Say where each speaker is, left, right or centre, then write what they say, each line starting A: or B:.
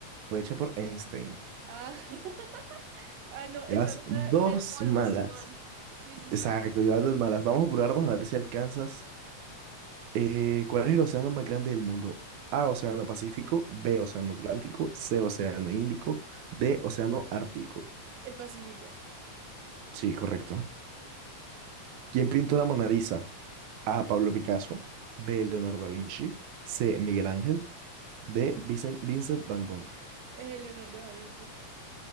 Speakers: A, on the right (about 80°); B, on the right (about 70°).
A: fue hecha por Einstein.
B: Ah, <laughs> ah, no,
A: Llevas
B: esa era
A: dos
B: de la evolución.
A: malas.
B: Sí, sí,
A: Exacto,
B: sí. sí.
A: llevas dos malas. Vamos a apurarnos a ver si alcanzas. Eh, ¿cuál es el océano más grande del mundo? A. Océano Pacífico. B. Océano Atlántico. C. Océano Índico. D. Océano Ártico.
B: El Pacífico.
A: Sí, correcto. ¿Quién pintó la Mona Lisa? A. Pablo Picasso. B. Leonardo da Vinci. C. Miguel Ángel. D. Vincent, Vincent Van Gogh.
B: Eh, Leonardo da Vinci.